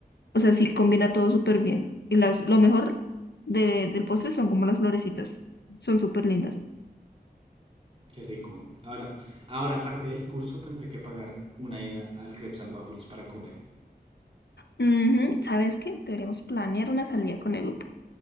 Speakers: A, on the left; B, on the right.
A: O sea, sí combina todo súper bien. Y las, lo mejor de- del postre son como las florecitas. Son súper lindas.
B: Qué rico. Ahora, ahora aparte del curso tendré que pagar una ida al Crepes and Waffles para comer.
A: Ujú, ¿Sabes qué? Deberíamos planear una salida con el grupo.